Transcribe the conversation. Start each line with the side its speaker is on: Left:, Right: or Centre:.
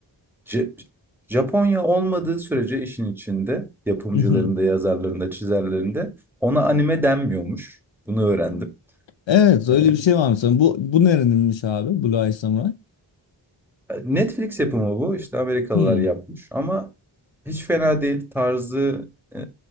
Centre: Ce- Japonya olmadığı sürece işin içinde yapımcılarında,
Left: mhm.
Centre: yazarlarında, çizerlerinde ona anime denmiyormuş. Bunu öğrendim.
Left: Evet öyle
Centre: Ee,
Left: bir şey var mesela. Bu, bu nereninmiş abi? Blue Eye Samurai.
Centre: Netflix yapımı bu. İşte Amerikalılar
Left: Hmm.
Centre: yapmış ama hiç fena değil. Tarzı, e,